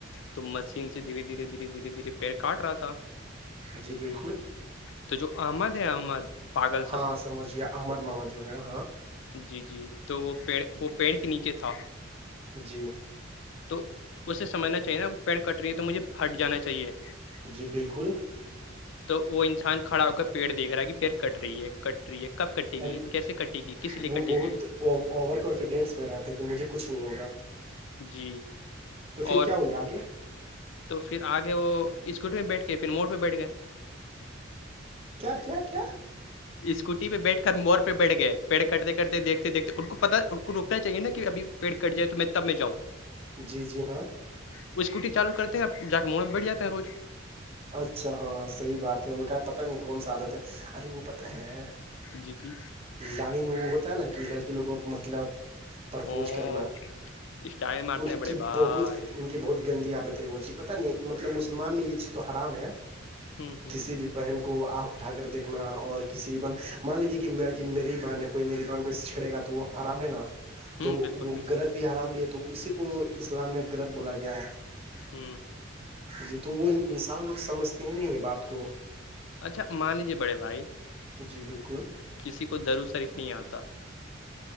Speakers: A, on the left (about 65°); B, on the right (about 30°).
A: تو مشین سے دھیرے دھیرے دھیرے دھیرے دھیرے پیر کاٹ رہا تھا
B: جی بالکل
A: تو جو احمد ہے احمد پاگل
B: ہاں
A: سا
B: سمجھیے آحمد مما جو ہے ہاں
A: جی جی تو وہ پ وہ پیڑ کے نیچے تھا
B: جی
A: تو اسے سمجھنا چاہیے نا کی پیڑ کٹ رہی ہے تو مجھے ہٹ جانا چاہیے
B: جی بالکل
A: تو وہ انسان کھڑا ہو کر پیڑ دیکھ رہا ہے کہ پیڑ کٹ رہی ہے کٹ ری ہے کب کٹے گی
B: ارے
A: کیسے کٹے گی کس لیے
B: وہ
A: کٹے
B: بہت
A: گی
B: اوور کانفیڈینس میں رہتا ہے کہ مجھے کچھ نہیں ہوگا
A: جی
B: تو پھر
A: اور
B: کیا ہوا آگے
A: تو پھر آگے وہ اسکوٹی پے بیٹھ کے پھر موڑ پہ بیٹھ گئے
B: کیا کیا کیا
A: اسکوٹی پے بیٹھ کر موڑ پے بیٹھ گئے پیڑ کٹتے کٹتے دیکھتے دیکھتے ان کو پتا ان کو ہونا چاہے نا کہ ابھی پیڑ کٹ جائے تو میں تب میں جاؤں
B: جی جی ہاں
A: وہ اسکوٹی چالو کرتے ہیں جا کے موڑ میں بیٹھ جاتا ہے روج
B: اچھا ہاں صحی بات ہے ان کا پتا نہیں کون سا عادت ہے ارے وہ پتا ہے
A: جی جی
B: لائن وہ ہوتا ہے نا کہ لڑکی لوگوں مطلب پرپوز
A: او
B: کرنا
A: اسٹائل مارتے
B: ان
A: ہیں بڑے
B: کی
A: بھائی
B: بہت ان کی بہت گندی عادت ہے وہ چیز پتا نہیں مطلب مسلمان میں یہ چیز تو حرام ہے
A: ہمم
B: کسی بھی بہن کو آنکھ اٹھا کر دیکھنا اور کسی بھی بہن مان لیجیے کہ میری ہی بہن کوئی میری بن کو چھیڑے گا تو وہ حرام ہے نا
A: ہوں
B: تو
A: بالکل
B: وہ
A: بالکل
B: غلط بھی حرام بھی ہے تو اسی کو اسلام میں غلط بولا گیا ہے
A: ہ
B: جی تو وہ انسان لوگ سمجھتے ہی نہیں ہے بات کو
A: اچھا مان لیجیے بڑے بھائی
B: جی بالکل
A: کسی کو درود شریف نہیں آتا